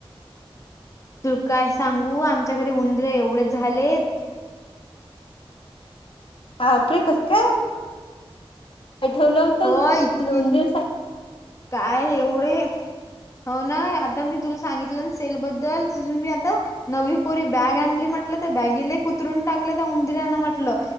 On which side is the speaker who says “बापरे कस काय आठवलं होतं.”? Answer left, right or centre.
Left